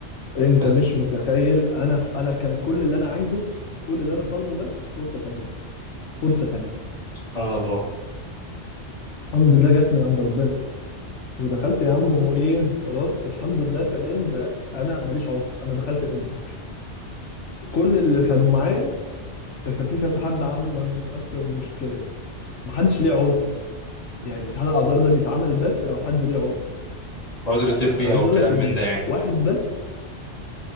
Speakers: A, on the left; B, on the left.
A: انت
B: بس
A: مش متخيل انا انا كان كل اللي انا عايزه كل اللي انا طالبه بس فرصه تانية فرصه تانية
B: سبحان الله
A: الحمد لله جت من عند ربنا ودخلت يا عم وايه خلاص الحمد لله كمان ده انا ماليش عذر انا دخلت الامتحان كل اللي كانوا معايا كان في كذا حد عامل عنده نفس المشكله محدش ليه عذر يعني امتحان الاعذار ده بيتعمل بس لو حد ليه عذر
B: عذر
A: فانا
B: طبي
A: عايز
B: او كلام
A: اقول لك
B: من
A: ان
B: ده يعني
A: واحد بس